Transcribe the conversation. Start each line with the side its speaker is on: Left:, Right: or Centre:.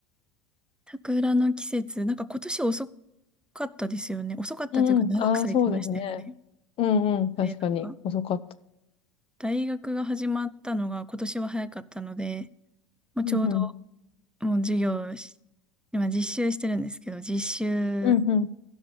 Centre: 桜の季節、なんか今年遅かったですよね。遅かったというか長く咲いてましたよね。
Left: うんうん。ああ、そうですね。うんうん。確かに。
Centre: で、なんか
Left: 遅かった。
Centre: 大学が始まったのが今年は早かったので、もうちょうど
Left: うんうん。
Centre: もう授業をし、今実習してるんですけど、実習
Left: うんうん。